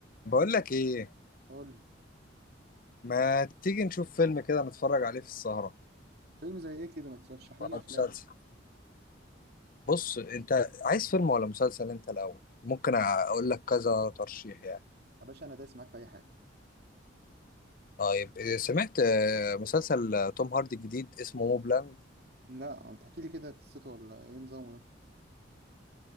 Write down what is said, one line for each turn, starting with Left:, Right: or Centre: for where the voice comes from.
Left: بقول لك ايه
Right: قول لي
Left: ما تيجي نشوف فيلم كده نتفرج عليه في السهرة
Right: فيلم زي ايه كده ما ترشح لنا
Left: أو
Right: افلام
Left: مسلسل بص انت عايز فيلم ولا مسلسل انت الاول ممكن اقول لك كذا ترشيح يعني
Right: يا باشا انا دايس معاك في اي حاجه
Left: طيب إيه، سمعت آه، مسلسل آه، توم هاردي الجديد اسمه موبلاند
Right: لا ما تحكي لي كده قصته ولا ايه نظامه ده